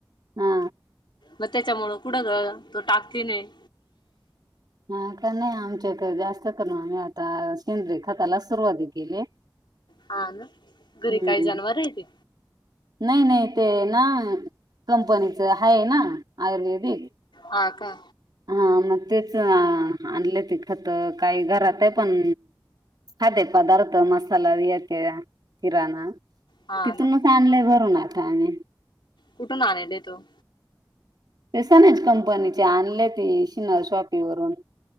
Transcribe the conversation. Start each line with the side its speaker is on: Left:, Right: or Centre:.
Right: हा
Left: मग त्याच्यामुळं कुठं ग तो टाककी नाही
Right: हा का नाही आमच्या तर जास्त करण आम्ही आता सेंद्रे खतालाच सुरुवाती केली
Left: हा ना घरी
Right: हम्म.
Left: काही जनवर आहे ते?
Right: नाही नाही ते ना कंपनीच आहे ना आयुर्वेदिक
Left: हा का
Right: हा मग तेच आणले ति खत काही घरात आहे पण खध पदार्थ मसालाेत किराणा
Left: हा
Right: तिथून
Left: ना
Right: चांले भरून आता आम्ही
Left: कुठून आलेल आहे तो?
Right: ते स नाच कंपनीचे अनलेट. शिनार शॉपी वरून